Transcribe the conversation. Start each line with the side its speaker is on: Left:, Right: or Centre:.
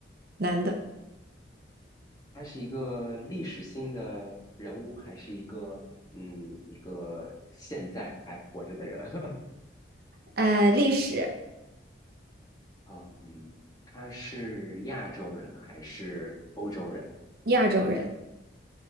Right: 男的，
Left: 他是一个历史性的人物，还是一个嗯一个现在还活着的人？<laughs>
Right: 呃，历史，
Left: 嗯，他是亚洲人还是欧洲人？
Right: 亚洲人，